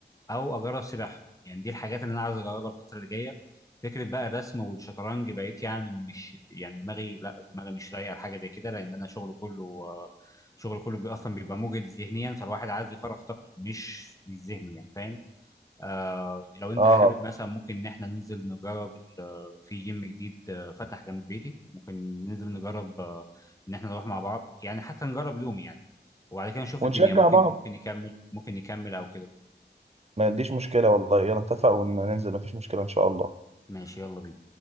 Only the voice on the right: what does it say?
اه
ونشجع
بعض
ما عنديش مشكلة والله يلا نتفق وننزل مفيش مشكلة ان شاء الله